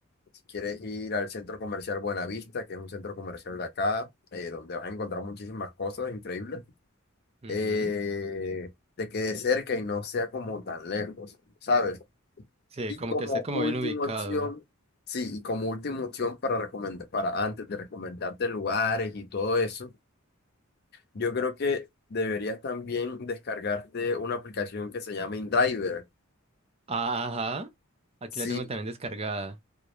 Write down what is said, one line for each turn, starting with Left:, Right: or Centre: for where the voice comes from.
Left: Si quieres ir al centro comercial Buenavista, que es un centro comercial de acá, eh, donde vas a encontrar muchísimas cosas increíbles,
Right: Ujú,
Left: eh,
Right: ujú.
Left: te quede cerca y no sea como tan lejos, ¿sabes?
Right: Sí,
Left: Y
Right: como
Left: como
Right: que esté como
Left: última
Right: bien ubicado.
Left: opción, sí, y como última opción para recomendar, para antes de recomendarte lugares y todo eso, yo creo que deberías también descargarte una aplicación que se llama InDriver.
Right: Ah, ajá. Aquí
Left: sí
Right: la tengo también descargada.